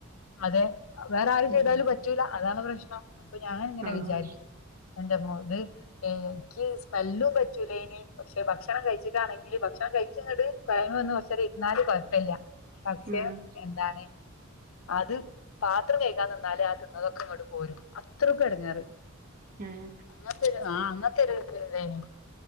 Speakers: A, on the left; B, on the right.
A: അതെ വേറെ ആര് ചെയ്താലും
B: ഉം
A: പറ്റൂല, അതാണ് പ്രശ്നം. അപ്പൊ ഞാനിങ്ങനെ
B: ആഹ്
A: വിചാരിക്കും. എന്റെമ്മോ ത് ഏ ഇക് സ്മെല്ലും പറ്റൂലേയ്നി. പക്ഷെ ഭക്ഷണം കഴിച്ചിട്ടാണെങ്കില് ഭക്ഷണം കഴിച്ചിങ്ങട് കൊഴങ്ങി വന്ന്‌ കൊറച്ചേരം ഇരുന്നാല് കൊഴപ്പില്ല. പക്ഷെ
B: ആഹ്
A: എന്താണ് അത് പാത്രം കഴികാ നിന്നാല് ആ തിന്നതൊക്ക ഇങ്ങോട്ട് പോരും. അത്രക്കും എടങ്ങെറ്
B: ഏഹ്
A: അങ്ങത്തെരു ആ അങ്ങത്തോരു ഇതായ്നു.